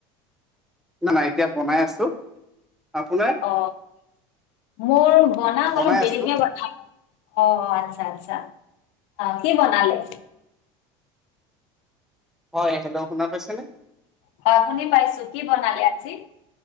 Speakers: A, in the centre; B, on the left (about 60°).
A: নাই নাই এতিয়া বনাই আছো, আপোনাৰ?
B: অ মোৰ বনাম
A: বনাই
B: অলপ দেৰিকে
A: আছো
B: বনাম। অ আচ্ছা আচ্ছা, আহ কি বনালে?
A: হয় হেল্ল' শুনাৰ পাইছে নে?
B: হয় শুনি পাইছো। কি বনালি আজি?